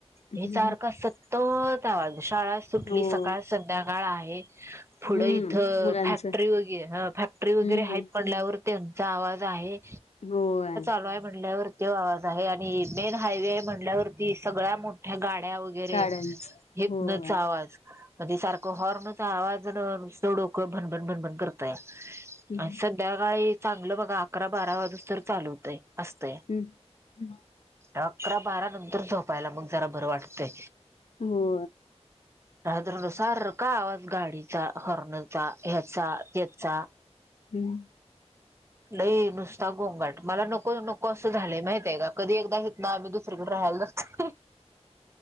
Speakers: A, on the left; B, on the right.
A: हम्म.
B: हे सारखा सत्तत आवाज शाळा सुटली
A: होय
B: सकाळ संध्याकाळ आहेच. पुढं
A: हम्म
B: इथं
A: मुलांचं
B: फॅक्टरी उगी ए हा फॅक्टरी वगरे
A: हम्म
B: हायेत म्हंटल्यावर त्यांचा आवाज आहे.
A: हो आ.
B: लॉय म्हणल्यावरती आवाज आहे आणि मेन हायवे म्हणल्यावरती सगळ्या मो ह्या गाड्या वगरे,
A: गाड्यांच
B: हितनच
A: होय.
B: आवाज म्हणजे सारखं हॉर्नचा आवाज जणु नुसतं डोकं भनभन भनभनं करतया.
A: हम्म.
B: आन सध्याकाळी चांगलं बघा आकरा बारा वाजे स्तोर चालू तय असतंय.
A: हम् हं
B: अकरा बारा नंतर झोपायला मग जरा बरं वाटतंय.
A: हो.
B: रात्र नुसता सारखा आवाज गाडीचा हॉर्नचा ह्याचा त्याचा.
A: हम्.
B: लई नुसता गोंगाट मला नको नको असं झालंय माहितय का. कधी एकदा ना अमी दुसरीकड राहायला जातं